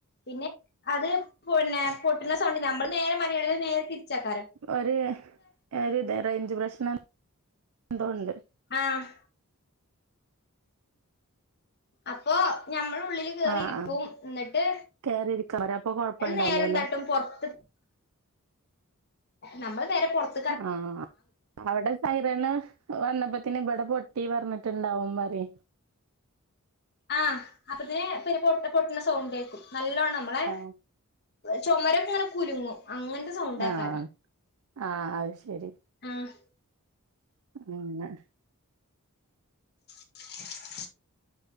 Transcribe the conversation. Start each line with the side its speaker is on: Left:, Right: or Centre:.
Left: പിന്നെ അത് പിന്നെ പൊട്ടുന്ന സൗണ്ട് നമ്മള് നേരെ മലയാളികൾ നേരെ തിരിച്ചക്കാരം
Right: ഒര് ഇത റേഞ്ച് പ്രശ്നം എന്തോണ്ട്?
Left: ആഹ് അപ്പൊ നഞമ്മള് ഉള്ളില് ക്കേറിരിക്കും
Right: ആ ആ
Left: എന്നിട്ട്
Right: കേറിയിരിക്കാൻ പറയാ അപ്പൊ കൊഴപ്പണ്ടാവൂലല്ലേ
Left: നേരന്തട്ടും പുറത്ത് നമ്മള് നേരെ പൊറത്ത്
Right: ആഹ, അവിടെ ഹൈരന് വന്നപ്പത്തിന് ഇവിടെ പൊട്ടി പറഞ്ഞിട്ടണ്ടാവും, മറി
Left: ആഹ് അപ്പതിനെ പിന്നെ പൊ പൊട്ടണ സൗണ്ടേക്കും നല്ലോണം നമ്മളെ
Right: ആ
Left: ചുമരൊക്കെ അങ്ങനെ കുലുങ്ങും അങ്ങനത്തെ സൗണ്ടാക്കാരം
Right: ആഹ ആഹ, അത് ശരി.
Left: ആഹ്
Right: ഉം നെ
Left: <inaudible>